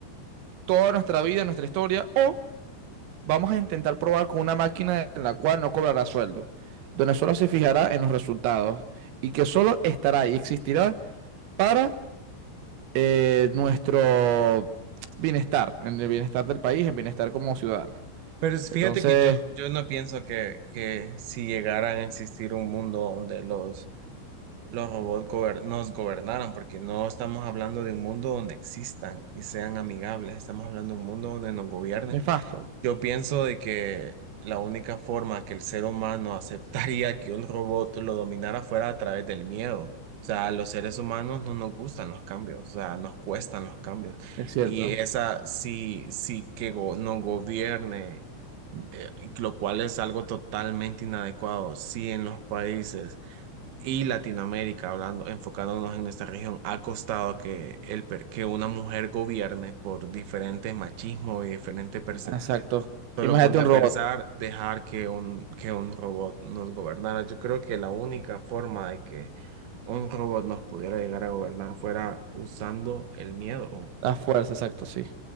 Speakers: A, on the right; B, on the right.
A: toda nuestra vida, nuestra historia, o vamos a intentar probar con una máquina en la cual no cobrará sueldo, donde solo se fijará en los resultados y que solo estará y existirá para eh, nuestro bienestar, en el bienestar del país, en bienestar como ciudadano?
B: Pero es-
A: Entonces,
B: fíjate que yo, yo no pienso que, que si llegaran a existir un mundo donde los, los robots gober- nos gobernaran, porque no estamos hablando de un mundo donde existan y sean amigables, estamos hablando de un mundo donde nos gobiernen.
A: nefasto,
B: Yo pienso de que la única forma que el ser humano aceptaría que un robot lo dominara fuera a través del miedo. O sea, a los seres humanos no nos gustan los cambios, o sea, nos cuestan los cambios.
A: es cierto,
B: Y esa, si, si que go- nos gobierne eh, y lo cual es algo totalmente inadecuado. Si en los países y Latinoamérica, hablando, enfocándonos en nuestra región, ha costado que, el, per- que una mujer gobierne por diferentes machismo y diferentes percepciones.
A: exacto.
B: Solo
A: Imagínate
B: ponte
A: un
B: a
A: robot,
B: pensar, dejar que un, que un robot nos gobernara. Yo creo que la única forma de que un robot nos pudiera llegar a gobernar fuera usando el miedo.
A: a fuerza, exacto, sí.